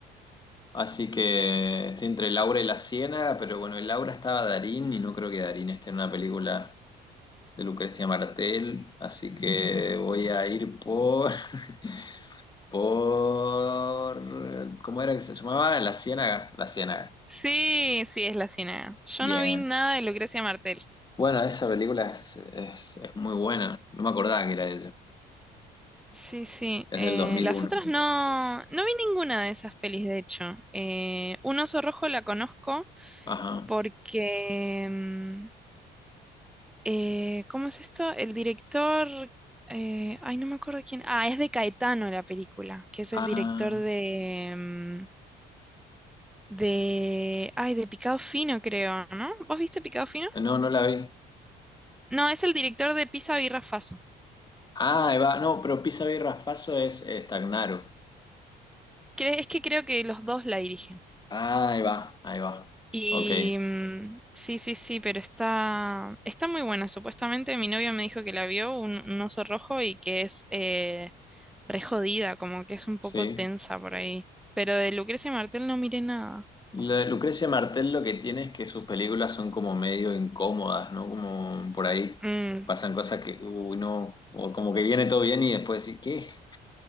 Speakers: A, on the left; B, in the centre.
A: así que estoy entre Laura y La Ciénaga, pero bueno, en Laura estaba Darín y no creo que Darín esté en una película de Lucrecia Martel, así que voy a ir por, <laughs> por, ¿cómo era que se llamaba? La Ciénaga, La Ciénaga.
B: Sí, sí, es la Ciénaga. Yo
A: Bien.
B: no vi nada de Lucrecia Martel.
A: Bueno, esa película es, es, es muy buena, no me acordaba que era de ella,
B: Sí, sí.
A: es
B: eh,
A: del dos mil
B: las
A: uno
B: otras no, no vi ninguna de esas pelis, de hecho. Eh, Un oso rojo la conozco
A: Ajá.
B: porque... mm, eh, ¿cómo es esto? El director... eh, ay, no me acuerdo quién. Ah, es de Caetano la película, que es
A: Ah,
B: el director de... mm, de... Ay, de Picado Fino, creo, ¿no? ¿Vos viste Picado Fino?
A: no, no la vi.
B: No, es el director de Pisa Birra Faso.
A: Ah, ahí va. No, pero pisa y faso es estagnaro.
B: Cre- Es que creo que los dos la dirigen.
A: Ah, ahí va, ahí va.
B: Y
A: Ok,
B: mm, sí, sí, sí, pero está, está muy buena. Supuestamente mi novia me dijo que la vio, un, un oso rojo, y que es eh, re jodida, como que es un poco
A: sí.
B: tensa por ahí. Pero de Lucrecia Martel no miré nada.
A: Lo de Lucrecia Martel lo que tiene es que sus películas son como medio incómodas, ¿no? Como por ahí
B: Mm.
A: pasan cosas que, uy, no, o como que viene todo bien y después decís,